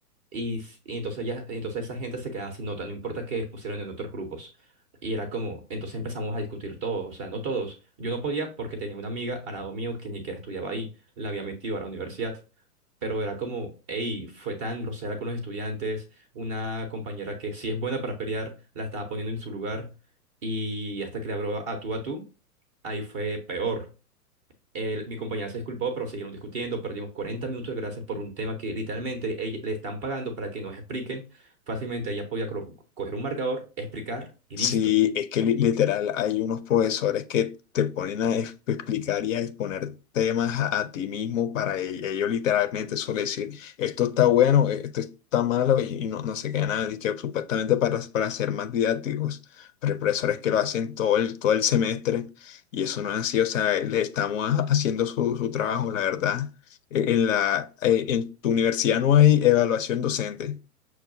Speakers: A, on the right; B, on the left.
A: y, s- y entonces ya, entonces esa gente se quedaba sin nota, no importa que pusieran en otros grupos. Y era como, entonces empezamos a discutir todos, o sea, no todos. Yo no podía porque tenía una amiga al lado mío que ni que estudiaba ahí, la había metido a la universidad. Pero era como, hey, fue tan grosera con los estudiantes, una compañera que sí es buena para pelear, la estaba poniendo en su lugar y hasta que le habló a tú a tú, ahí fue peor el- mi compañera se disculpó, pero siguieron discutiendo. Perdimos 40 minutos de gracias por un tema que literalmente ella- le están pagando para que nos expliquen. Fácilmente ella podía cro- coger un marcador, explicar y
B: Sí,
A: listo.
B: es que li- literal hay unos profesores que te ponen a es- explicar y a exponer temas a, a ti mismo para e- ellos, literalmente suelen decir, esto está bueno, e- esto está malo y, y no, no sé qué nada, y que supuestamente para, para ser más didácticos, pero hay profesores que lo hacen todo el, todo el semestre y eso no es así, o sea, le estamos ha- haciendo su, su trabajo, la verdad. E- En la, eh, en tu universidad no hay evaluación docente,